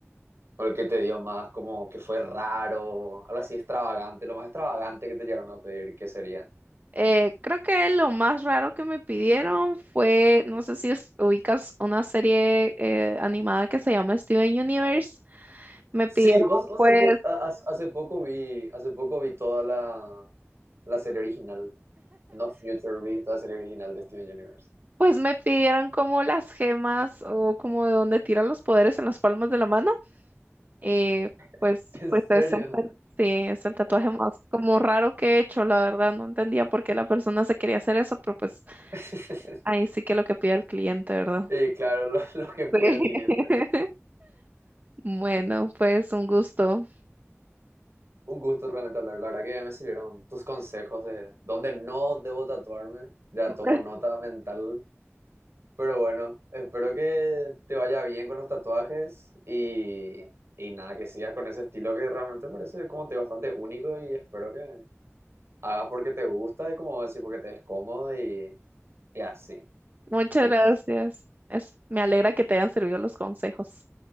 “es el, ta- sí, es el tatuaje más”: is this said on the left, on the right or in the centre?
Right